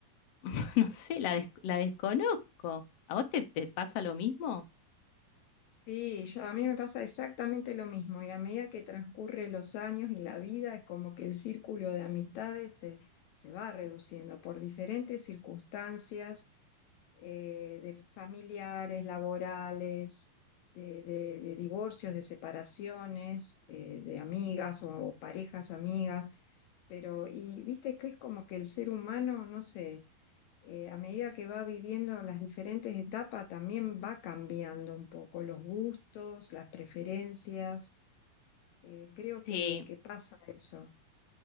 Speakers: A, on the left; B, on the left.
A: <laughs> no sé, la, des- la desconozco. ¿A vos te, te pasa lo mismo?
B: Sí, yo, a mí me pasa exactamente lo mismo y a medida que transcurren los años y la vida es como que el círculo de amistades se, se va reduciendo por diferentes circunstancias eh, de familiares, laborales, de, de- de divorcios, de separaciones, eh, de amigas o, parejas amigas, pero y viste que es como que el ser humano, no sé eh, a medida que va viviendo las diferentes etapas, también va cambiando un poco los gustos, las preferencias. eh, creo
A: Sí.
B: que, que pasa eso.